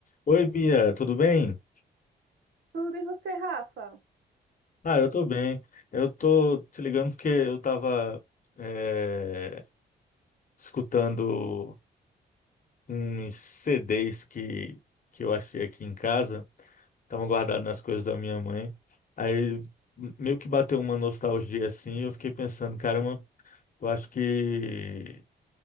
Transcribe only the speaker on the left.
Oi, Bia, tudo bem?
Ah, eu tô bem. Eu tô te ligando porque eu tava é, escutando uns CDs que, que eu achei aqui em casa, estavam guardados nas coisas da minha mãe. Aí meio que bateu uma nostalgia assim, e eu fiquei pensando, caramba, eu acho que